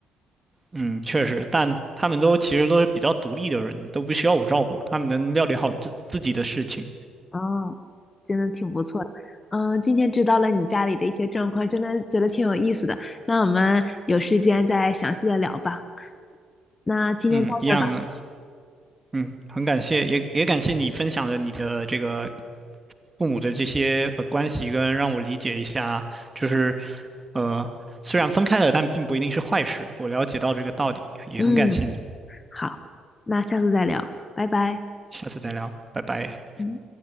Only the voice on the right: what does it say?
嗯，确实，但他们都其实都是比较独立的人，都不需要我照顾，他们能料理好自自己的事情。
嗯，一样啊嗯，很感谢，也也感谢你分享了你的这个父母的这些呃关系，跟让我理解一下，就是呃虽然分开了，但并不一定是坏事。我了解到这个道理，也很感谢你，
下次再聊，拜拜。